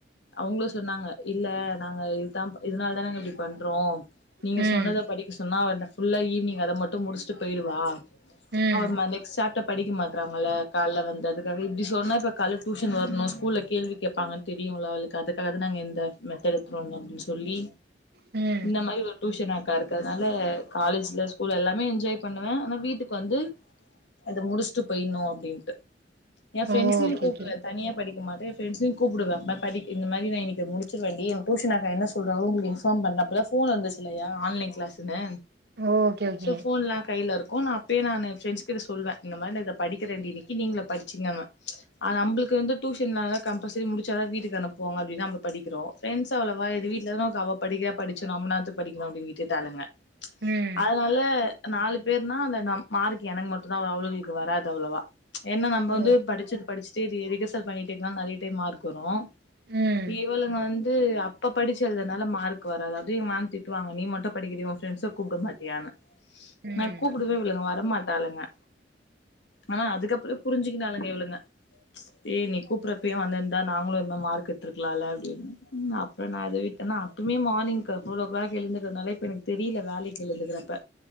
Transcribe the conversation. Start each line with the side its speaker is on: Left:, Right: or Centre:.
Left: அவ்ங்களே சொன்னாங்க இல்ல நாங்க இதுதா இதனால தா நாங்க இப்டி பண்றோ நீங்க
Right: ம்
Left: சொன்னத படிக்க சொன்னா அ புல்லா ஈவினிங் அத மட்டு முடிச்சுட்டு போயிடுவா
Right: ம்
Left: ஆமாமேம் நெக்ஸ்ட் சாப்ட்ட படிக்க மாட் ட்றாங்களல கால்ல வந்ததுக்காக இப்டி சொன்னா இப்போ கால்ல டியூஷன் வர்ணு ஸ்கூல்ல கேள்வி கேட்பாங்னு தெரியும்ளா அவுளுக்கு அதுக்காதா நாங்கள் எந்த டுத்து வந்த அப்டின்னு சொல்லி
Right: ம்
Left: இந்த மாரி ஒரு டியூஷன் அக்கா இருக்குதுனால காலேஜ்ல ஸ்கூல் எல்லாமே என்ஜாய் பண்ணுவே ஆனா வீட்டுக்கு வந்து அத முடிச்சுட்டு போயணு அப்டின்ட்டு என் ஃப்ரெண்ட்ஸையு
Right: ஓ ஓகே
Left: கூப்டுவே
Right: ஓகே
Left: தனியா படிக்க மாட்ட என் ப்ரெண்டஸையு கூப்டுவே படி இந்த மாரி நா இனைக்கு முடிச்சுரு வேண் ஏ டியூஸான்க்கா என்ன சொல்றாங்களோ உங்ளுக்கு எக்ஸாம் வந்ததுக்கு அப்றோ போன் வந்துச்சுல்லயா ஆன்லைன் கிளாஸ்னு
Right: ஓகே ஓகே
Left: சோ போன் எல்லா கைல இருக்கு ஓ நா அப்பயே நானு ஃப்ரெண்ட்ஸ் கிட்ட சொல்லவே இந்த மாரி நா இத படிக்க வேண்ட இன்னைக்கு நீ படிச்சீங்கன்ன நமளுக்கு வந்து டூஷன்ல கம்பல்சரி முடிச்சாதா வீட்டுக்கு அனுப்புவாங்க அப்டின்னு நம்ம படிக்கிறோ பிரப்ரெண்டஸ் அவ்ளோவா எது வீட்லதா இருந்து அவ படிக படிச்சு நம்நாத்துக் படிக்கலாணு அப்டினு விட்டுடாளுங்க
Right: ம்
Left: அதனால நாலு பெறுனா அந்த நம் மார்க் எனக்கு மட்டுதா வரு அவுளுக்கு வராது அவ்ளோவா என்னா நம்ம
Right: ஓ
Left: வந்து படிச்சது படிச்சு சரி எதுக் பண்ணிட்டேக்கால நறையிட்டே மார்க் வரும்
Right: ம்
Left: இவளங்க வந்து அப்ப படிச்சதுனால மார்க் வராது திட்டுவாங்க நீ மட்டும் படிக்கவண்ட கூப்ட மாட்டியான்னு
Right: ம்
Left: நான் கூப்பிட்டுவே இவளுங்க வர மாட்டங்க ஆனா அதுக்கப்புறே புரிஞ்சுிக்கனங்க இவ்ளங்க ஏ நீ கூப்பறப்ப வந்திருந்தா நாங்களு இந்த மாரி மார்க் எடுத்ருக்கலா அப்படின்னு ம் அப்ப நான் எது விட்டேன்னா அப்பமே மார்னிங் போபோர் ஃவேர் ஓ கிளாக் எழுந்துக்கறதுனால இப்ப எனக்கு தெரியல வேலைக்கு எழுந்துக்கறிறப்ப